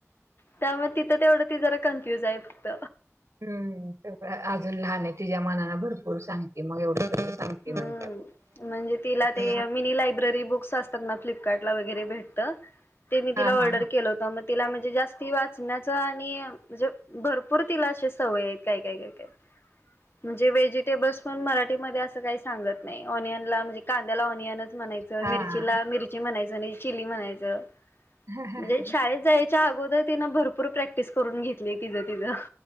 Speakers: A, on the left; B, on the right.
A: त्यामुळे तिथं तेवढं ती जरा कन्फ्युज आहे फक्त.
B: हम्म तेवढं हाय अजून लहान आहे तिच्या मानाने भरपूर सांगते मग एवढं. सांगते
A: हम्म
B: म्हणते.
A: म्हणजे तिला
B: आपण
A: ते मिनी लायब्ररी बुक्स अस. फ्लिपकार्ट ला वगैरे भेटत ते मी तिला
B: हां, हां,
A: ऑर्डर
B: हां.
A: केलं होतं म तिला म्हणजे जास्ती वाचण्याचं आणि म्हणजे भरपूर तिला अशे सवय आहेत काय काय काय काय म्हणजे व्हेजिटेबल्स पण मराठीमध्ये अस काही सांगत नाही ऑनियनला म्हणजे कांद्याला ऑनियनच म्हणायचं
B: हां.
A: मिरची मिरची म्हणायचं नाही चिली म्हणायचं
B: हां.
A: म्हणजे शाळेत जायच च्या अगोदर तिनं भरपूर प्रॅक्टिस करून घेतली तिचं तिचं